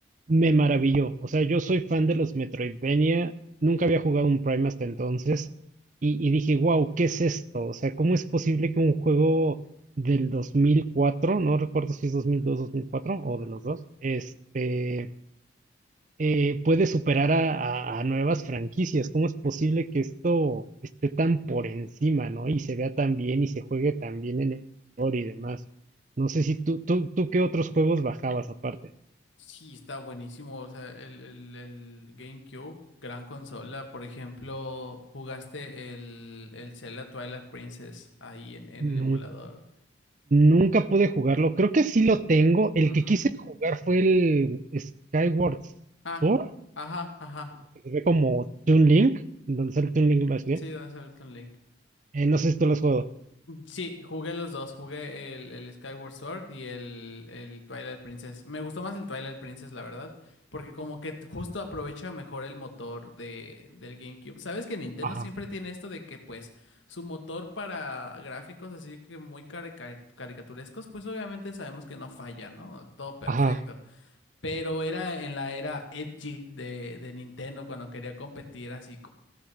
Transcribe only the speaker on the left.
Ujú.
Sí, está buenísimo. O sea, el, el, el GameCube, gran consola. Por ejemplo, ¿jugaste el, el Zelda Twilight Princess ahí en, en el
emulador?
Ujú.
Ah,
ajá, ajá.
Sí, donde sale el Toon Link.
Sí, jugué los dos, jugué el, el Skyward Sword y el, el Twilight Princess. Me gustó más el Twilight Princess, la verdad, porque como que t- justo aprovecha mejor el motor de, del GameCube. Sabes que Nintendo
siempre tiene esto de que pues su motor para gráficos así que muy cari- cari- caricaturescos, pues obviamente sabemos que no falla, ¿no? Todo perfecto.
Pero era en la era edgy de, de Nintendo cuando quería competir así